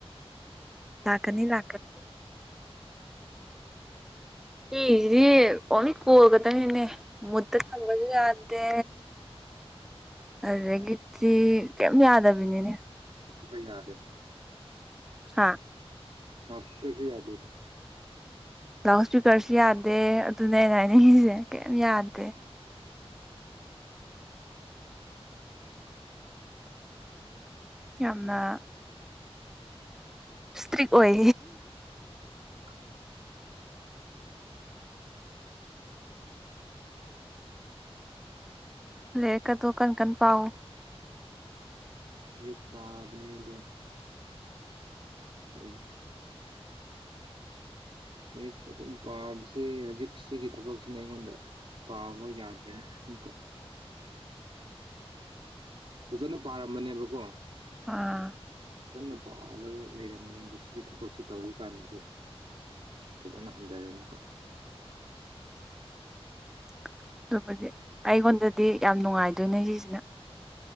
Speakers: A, in the centre; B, on the right (about 55°).
A: ꯇꯥꯛꯀꯅꯤ ꯂꯥꯛꯀꯅꯤ ꯍꯤꯗꯤ ꯑꯣꯅꯤ ꯀꯣꯜꯀꯇꯥꯅꯤꯅꯦ ꯃꯗ ꯊꯝꯕꯄꯁꯨ ꯌꯥꯗꯦ ꯑꯗꯒꯤꯘꯤ ꯀꯝ ꯌꯥꯗꯕꯤꯅꯤꯅꯦ
B: ꯐ ꯌꯥꯗꯦ
A: ꯍꯥꯥ
B: ꯍꯁꯄꯤꯇꯜꯁꯤ ꯌꯥꯗꯕ
A: ꯂꯥꯎꯠ ꯏꯁꯄꯤꯀꯔꯁꯨ ꯌꯥꯗꯦ ꯑꯗꯨꯅꯦꯩꯅ ꯍꯥꯏꯅꯤꯡꯉꯁꯦ ꯀꯩ ꯌꯥꯗꯦ ꯌꯥꯝꯅ ꯏꯁꯇ꯭ꯔꯤꯛ ꯑꯣꯏ
B: ꯎꯝ
A: ꯂꯩꯦ ꯀ ꯇꯣ ꯀꯟ ꯀꯟ ꯄꯥꯑꯣ
B: ꯍꯧꯗꯤ ꯄꯥꯕꯅꯦ ꯑ ꯑꯗꯨꯣ ꯀ ꯑꯛ ꯑꯗꯨꯝ ꯄꯥꯕꯁꯦ ꯍꯧꯖꯤꯛ ꯁꯤꯒꯤ ꯊꯕꯛꯁꯤꯅ ꯑꯩꯉꯣꯟꯗ ꯄꯥꯕꯣ ꯌꯥꯗꯀ ꯐꯖꯅ ꯄꯥꯔꯝꯕꯅꯦꯕꯀꯣ
A: ꯑꯥ
B: ꯐꯖꯅ ꯄꯥꯂꯒ ꯂꯩꯔꯝꯕꯅꯤꯅ ꯑꯗ ꯁꯤꯒꯤ ꯊꯕꯛꯁꯤ ꯇꯧꯕ ꯀꯥꯟꯗꯗꯤ ꯐꯖꯅ ꯍꯟꯊꯔꯦ ꯑꯃꯨꯛꯀ
A: <inaudible> ꯑꯗꯨꯕꯨꯗꯤ ꯑꯩꯉꯣꯟꯗꯗꯤ ꯌꯥꯝ ꯅꯨꯡꯉꯥꯏꯗꯣꯏꯅꯦ ꯁꯤꯁꯤꯅ